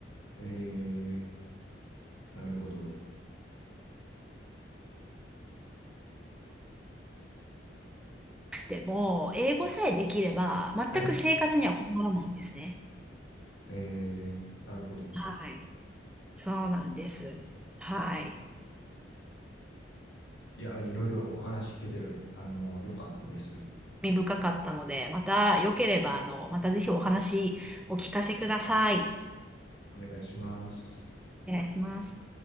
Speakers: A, on the left (about 85°); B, in the centre.
A: ええなるほど。
B: けども、英語さえできれば、全く生活には困らないんですね。
A: はい。ええなるほど。
B: はい。そうなんです。はい。
A: いや、いろいろお話聞けて、あの、よかったです。
B: 興味深かったので、また良ければ、あの、またぜひお話お聞かせください。
A: お願いします。
B: お願いします。